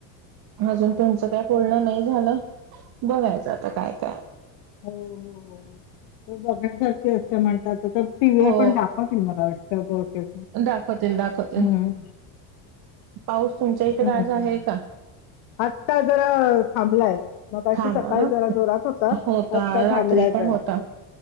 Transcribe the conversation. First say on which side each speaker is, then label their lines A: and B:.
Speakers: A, on the right (about 50°); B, on the left (about 65°).
A: अजून त्यांचा काय बोलणं नाही झालं बघायचं आता काय काय
B: हो हो हो तेच बघण्यासारखे असते म्हणतात टी व्ही
A: हो
B: वर पण दाखवत <unintelligible> बहुतेक
A: दाखवतील दाखवतील
B: हं, हं,
A: पाऊस तुमच्या इकडे
B: हं,
A: आज
B: हं, हं.
A: आहे का
B: आत्ता जरा थांबलाय. मगाशी
A: थांबला
B: सकाळी
A: ना
B: जरा जोरात
A: होता
B: आत्ता
A: रात्री
B: थांबलाय
A: पण
B: जरा.
A: होता